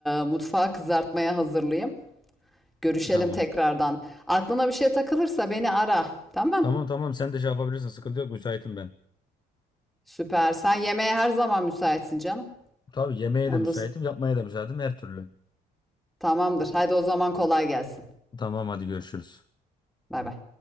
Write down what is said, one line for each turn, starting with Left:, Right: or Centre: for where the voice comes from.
Centre: mutfağı kızartmaya hazırlayayım. Görüşelim
Left: Tamam.
Centre: tekrardan. Aklına bir şey takılırsa beni ara. Tamam.
Left: Tamam tamam sen de şey yapabilirsin. Sıkıntı yok. Müsaitim ben.
Centre: Süper. Sen yemeğe her zaman müsaitsin canım.
Left: Tabii yemeğe
Centre: Onda
Left: de müsaitim, yapmaya da müsaitim her türlü.
Centre: tamamdır. Haydi o zaman kolay gelsin.
Left: Tamam hadi görüşürüz.
Centre: Bay bay.